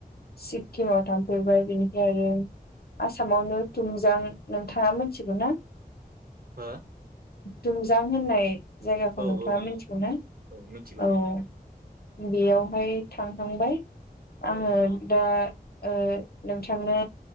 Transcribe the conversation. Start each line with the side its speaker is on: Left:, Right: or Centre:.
Left: सिक्किमाव थांफेरबाय बिनिफ्राय आरो आसामावनो थुमजां नोंथाङा मिथिगोन
Right: हा
Left: दुमजां होननाय जायगाखौ
Right: औ
Left: नोंथाङा
Right: औ
Left: मिथिगौ ना
Right: औ मिथिगौ
Left: औ
Right: नोंथां
Left: बेयावहाय थांखांबाय आङो
Right: औ
Left: दा ओ नोंथांनो